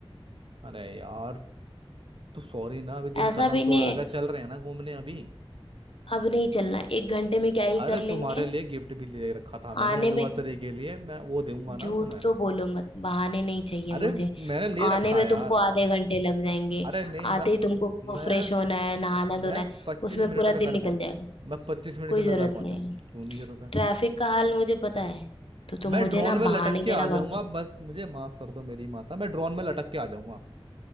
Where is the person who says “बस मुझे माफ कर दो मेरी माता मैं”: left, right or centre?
Right